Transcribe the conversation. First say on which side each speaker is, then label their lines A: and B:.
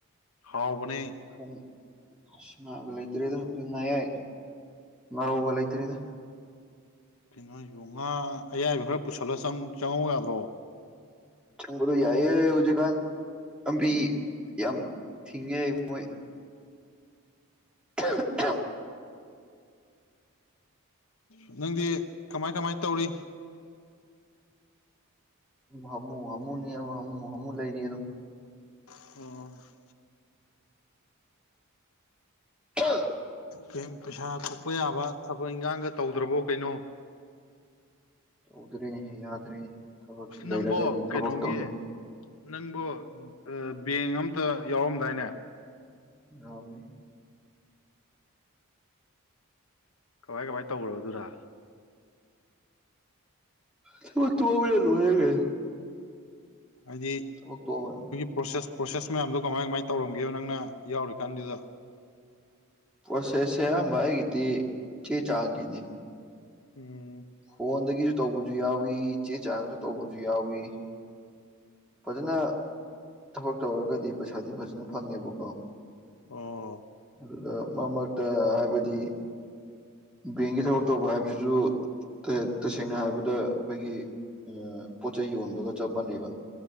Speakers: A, on the left (about 70°); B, in the centre.
A: ꯍꯥꯎꯕꯅꯦ
B: ꯊꯣꯡ ꯑꯁ ꯉꯥꯒ ꯂꯩꯇ꯭ꯔꯦꯗ ꯑꯩꯈꯣꯏ ꯉꯌꯥꯏ ꯉꯥꯔꯧꯒ ꯂꯩꯇ꯭ꯔꯦꯗ
A: ꯀꯩꯅꯣ ꯍꯥꯏꯁꯤꯕꯨ ꯉꯥ ꯑꯌꯥꯏꯕ ꯈꯔ ꯄꯨꯁꯜꯂ ꯆꯪ ꯆꯪꯍꯧ ꯌꯥꯗ꯭ꯔꯣ
B: ꯆꯪꯕꯗꫭ ꯌꯥꯏꯌꯦ ꯍꯧꯖꯤꯛ ꯀꯥꯟ ꯂꯥꯝꯕꯤ ꯌꯥꯝ ꯊꯤꯡꯉꯦ ꯃꯣꯏ ꯊ ꯊ <unintelligible>
A: ꯎ <inaudible> ꯅꯪꯗꯤ ꯀꯃꯥꯏ ꯀꯃꯥꯏ ꯇꯧꯔꯤ
B: ꯍꯃꯨ ꯍꯃꯨ ꯅꯤ ꯍꯧ ꯍꯃꯨ ꯍꯃꯨ ꯂꯩꯔꯤ ꯑꯗꯨꯝ
A: ꯑꫭ
B: ꯍꯥ <unintelligible>
A: ꯀꯩꯝ ꯄꯩꯁꯥ ꯊꯣꯛꯄ ꯌꯥꯕ ꯊꯕꯛ ꯏꯟꯈꯥꯡꯒ ꯇꯧꯗ꯭ꯔꯕꯣ ꯀꯩꯅꯣ
B: ꯇꯧꯗ꯭ꯔꯦꯅꯦꯍꯦ ꯌꯥꯗ꯭ꯔꯦꯅꯦ ꯊꯕꯛꯁꯤ ꯂꯩꯔꯒꯗꯤ
A: ꯅꯪꯕꯣ ꯀꯩꯅꯣꯒꯤ
B: ꯊꯕꯛ ꯇꯧꯅꯤ
A: ꯅꯪꯕꯨ ꯑꯥ ꯕꯦꯛ ꯑꯃꯇ ꯌꯥꯎꯔꯝꯗꯥꯏꯅꯦ
B: ꯌꯥꯎꯔꯝꯃꯤ
A: ꯀꯃꯥꯏ ꯀꯃꯥꯏ ꯇꯧꯒ꯭ꯔꯕ ꯑꯗꯨꯅ
B: ꯊꯕꯛ ꯇꯣꯛꯑꯕꯅꯤꯅ ꯂꯣꯏꯔꯦ ꯀꯩꯅꫭ
A: ꯍꯥꯢꯗꯤ
B: ꯊꯕꯛ ꯇꫭꯛꯑꯒ
A: ꯄ꯭ꯔꯣꯁꯦꯁ ꯄ꯭ꯔꯣꯁꯦꯁ ꯃꯌꯥꯝꯗꯣ ꯀꯃꯥꯏ ꯀꯃꯥꯏ ꯇꯧꯔꯝꯒꯦꯕ ꯅꯪꯅ ꯌꯥꯎꯔꯤꯀꯥꯟꯗꯨꯗ
B: ꯄ꯭ꯔꯣꯁꯦꯁꯁꯦ ꯑꯌꯥꯝꯕ ꯑꯩꯒꯤꯗꯤ ꯆꯦ ꯆꯥꯡꯒꯤꯅꯤ
A: ꯎꯝ
B: ꯐꯣꯟꯗꯒꯤꯁꯨ ꯇꯧꯕꯁꯨ ꯌꯥꯎꯋꯤ ꯆꯦ ꯆꯥꯡꯗ ꯇꯧꯕꯁꯨ ꯌꯥꯎꯏ ꯐꯖꯅ ꯊꯕꯛ ꯇꯧꯔꯒꯗꯤ ꯄꯩꯁꯥꯗꯤ ꯐꯖꯅ ꯐꯪꯉꯦꯕꯀꯣ
A: ꯑꯣ
B: ꯑꯗꯨꯗ ꯃꯔꯛ ꯃꯔꯛꯇ ꯍꯥꯏꯕꯗꯤ ꯕꯦꯡꯒꯤ ꯊꯕꯛ ꯇꯧꯕ ꯍꯥꯏꯕꯁꯤꯁꯨ ꯇꯁꯦꯡꯅ ꯍꯥꯏꯔꯕꯗ ꯑꯩꯈꯣꯏꯒꯤ ꯄꯣꯠ ꯆꯩꯩ ꯌꯣꯟꯕꯒ ꯆꯞ ꯃꯥꯟꯅꯩꯕ